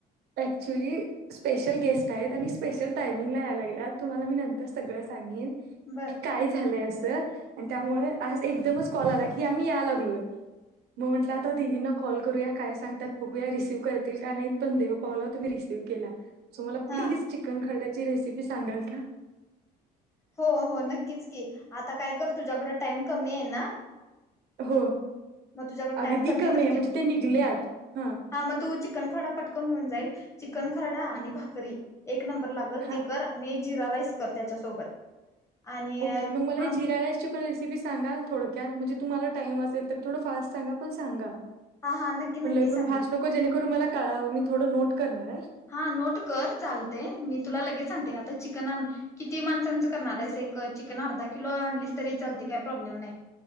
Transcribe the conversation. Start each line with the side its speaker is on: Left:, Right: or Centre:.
Right: ऍक्चुली स्पेशल गेस्ट आहेत आणि स्पेशल टायमिंगला यायला लागला तुम्हाला मी नंतर सगळं सांगेन
Left: बरं
Right: की काय झालंय अस आणि त्यामुळे आज एकदमच कॉल आला की आम्ही या लागलोय मग म्हंटलं आता दिदीना कॉल करूया काय सांगतात बघूया रिसीव्ह करतील का नाहीत पण देव पावला तुम्ही रिसीव्ह केला सो मला
Left: हा
Right: प्लीज चिकन खरड्याची रेसिपी सांगाल का
Left: हो हो नक्कीच की आता काय कर तुझ्याकड टाइम कमी आहे ना
Right: हो
Left: मग तुझ्याकडे
Right: अगदी
Left: टाइम
Right: कमी
Left: तर
Right: आहे
Left: चिक
Right: म्हणजे ते निघलेत हा
Left: हा मग तू चिकन खरडा पटकन होऊन जाईल चिकन खरडा आणि
Right: हां
Left: भाकरी एक नंबर लाग ल
Right: हां
Left: ते कर आणि जिरा राईस कर त्याच्यासोबत आणि
Right: ओके
Left: आमटी.
Right: मग मला हे जिराला ण रेसिपी सांगा थोडक्यात म्हणजे तुम्हाला टाईम असेल तर थोड फास्ट सांगा पण सांगा
Left: हा हा नक्की नक्की
Right: पण ल
Left: सांगेल
Right: पण फास्ट नको जेणेकरून मला का मी थोडं नोट करणार आहे
Left: हा नोट कर चालते मी तुला लगेच सांगते आता चिकन किती माणसांचं करणार आहे अस एक चिकन अर्धा किलो आणलीस तरी चालते काय प्रॉब्लेम नाही